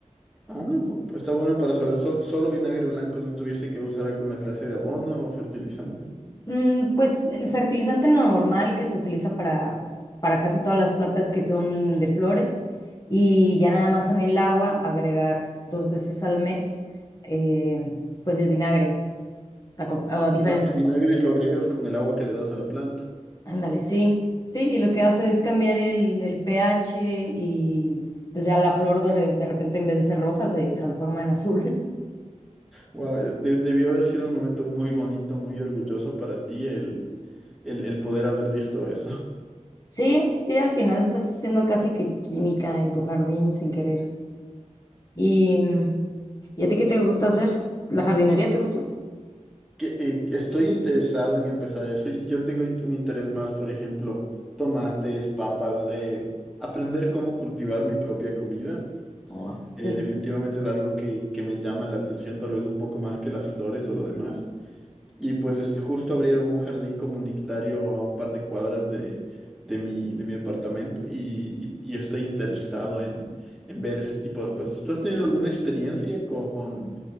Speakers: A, in the centre; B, on the left (about 30°).
A: Ah, no, bu- está bueno para saber. Sol- solo vinagre blanco, no tuviste que usar alguna clase de abono o fertilizante.
B: Mm, pues el fertilizante normal que se utiliza para, para casi todas las plantas que son de flores y ya nada más en el agua agregar dos veces al mes eh, pues el vinagre a, com- a diferencia.
A: Ah, el vinagre lo agregas con el agua que le das a la planta.
B: Ándale, sí, sí, y lo que hace es cambiar el, el pH y pues ya la flor de, re- de repente en vez de ser rosa se transforma en azul. <laughs>
A: Wow, debió haber sido un momento muy bonito, muy orgulloso para ti el, el, el poder haber visto eso.
B: Sí, sí, al final estás haciendo casi que química en tu jardín sin querer. y mm, ¿Y a ti qué te gusta hacer? ¿La jardinería te gusta?
A: que, eh, estoy interesado en empezar eso. Yo tengo in- un interés más, por ejemplo, tomates, papas, eh, aprender cómo cultivar mi propia comida.
B: Ahora,
A: Eh,
B: Sí.
A: definitivamente es algo que, que me llama la atención, tal vez un poco más que las flores o lo demás. Y pues es- justo abrieron un jardín comunitario a un par de cuadras de, de mi, de mi departamento y, y- y estoy interesado en, en ver ese tipo de cosas. ¿Tú has tenido alguna experiencia con,